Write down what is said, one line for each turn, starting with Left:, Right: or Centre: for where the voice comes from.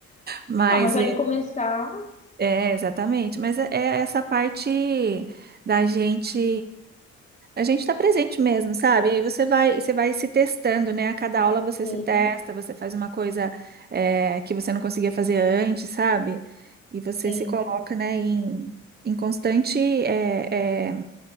Right: Mas
Left: Ah, mas só
Right: é,
Left: de começar,
Right: é, exatamente. Mas é, é essa parte da gente, a gente está presente mesmo, sabe? Aí você vai, você vai se testando, né? A cada aula você
Left: sim,
Right: se testa, você faz uma coisa é, que você não conseguia fazer antes, sabe? E você
Left: sim,
Right: se coloca, né, em, em constante, é, é,